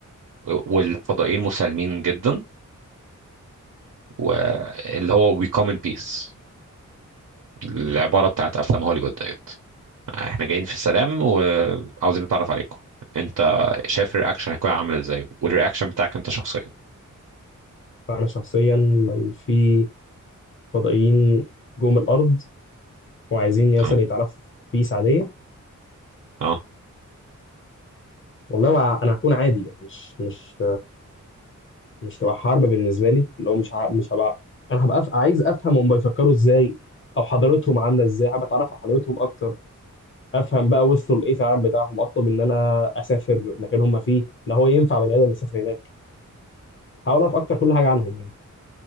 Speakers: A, on the right; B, on the left.
A: والفضائيين مسالمين جدا واللي هو we come in peace العبارة بتاعت افلام هوليوود ديت احنا جايين في السلام وعاوزين نتعرف عليكم انت شايف الرياكشن هيكون عامل ازاي والرياكشن بتاعك انت شخصيا
B: فانا شخصيا لو في فضائيين جم الارض وعايزين
A: اه
B: مثلا يتعرفوا بيس عاديه
A: اه
B: والله وع- انا هكون عادي يعني مش مش مش تبقى حرب بالنسبه لي اللي هو مش ه- مش هبقى انا هبقى أف... عايز افهم هم بيفكروا ازاي او حضارتهم عامله ازاي حابب اتعرف على حضارتهم اكتر افهم بقى وصلوا لايه في العالم بتاعهم اطلب ان انا اسافر مكان هم فيه لا هو ينفع بني ادم يسافر هناك هحاول اعرف اكتر كل حاجه عنهم يعني